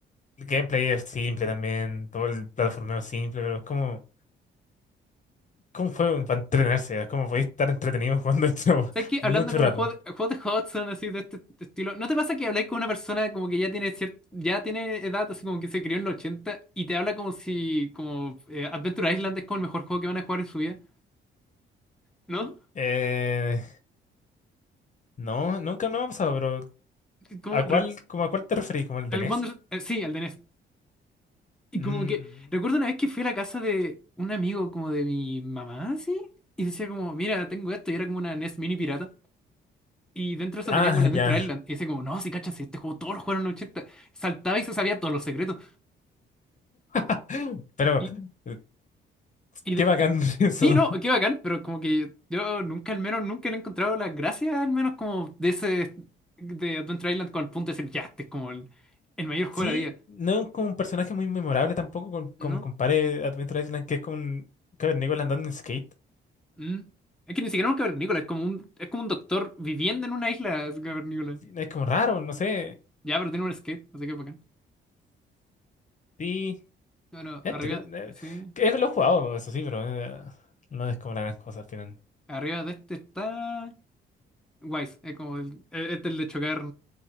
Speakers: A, on the left; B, in the centre.
A: El gameplay es simple también, todo el plataformeo es simple, pero es como, como un juego para entretenerse, es como podéis estar entretenido jugando esto <laughs>
B: ¿Sabes qué?
A: mucho
B: Hablando como
A: rato.
B: juego de, juegos de Hudson, así de este estilo, ¿no te pasa que habláis con una persona como que ya tiene cier- ya tiene edad, así como que se crió en los 80 y te habla como si como eh, Adventure Island es como el mejor juego que van a jugar en su vida? ¿No?
A: Eh, no, nunca no me ha pasado, pero
B: Como
A: ¿a cuál,
B: recu-
A: como a cuál te referís? ¿Como el de
B: al
A: NES?
B: Wonder- eh, sí, al de NES. Y
A: Mm,
B: como que recuerdo una vez que fui a la casa de un amigo como de mi mamá, así, y decía como, mira, tengo esto, y era como una NES mini pirata. Y dentro de eso
A: ah,
B: tenía como el Adventure
A: ya.
B: Island. Y decía como, no, si cachas, si este juego todos los jugaron en los 80. Saltaba y se sabía todos los secretos.
A: <laughs> Pero,
B: Y,
A: eh,
B: y,
A: qué
B: de-
A: bacán
B: y-
A: <laughs> eso.
B: sí, no, qué bacán, pero como que yo nunca, al menos, nunca le he encontrado la gracia, al menos como de ese, de Adventure Island con el punto de decir, ya, este es como el, el mayor juego
A: Sí,
B: de la vida.
A: no es como un personaje muy memorable tampoco, con, con,
B: ¿No?
A: compare Adventure Island, que es como un cavernícola andando en skate.
B: Mm. Es que ni siquiera un cavernícola, es como un, es como un doctor viviendo en una isla, es un cavernícola.
A: Es como raro, no sé.
B: Ya, pero tiene un skate, así que bacán.
A: Sí.
B: Bueno,
A: Entre,
B: arriba,
A: eh,
B: sí.
A: que es lo he jugado, eso sí, pero eh, no es como la gran cosa al final.
B: Arriba de este está... Wise, es como el, e- este es el de chocar.